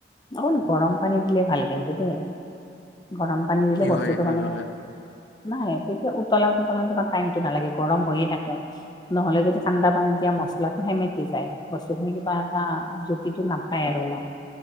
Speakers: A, on the left (about 25°); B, on the left (about 80°).
A: অকন গৰম পানী দিলে ভালকে টোতে, গৰম পানী দিলে
B: কি
A: বস্তুটো
B: হয় এইটো
A: মানে
B: ললে
A: নাই তেতিয়া উতলা - উতলা তাৰমানে টাইমটো নালাগে গৰম হৈয়ে থাকে। নহলে যদি ঠাণ্ডা পানী দিয়া মছলাটো সেমেকি যায়। বস্তুখিনি কিবা এটা জুতিটো নাপায় আৰু ইমান।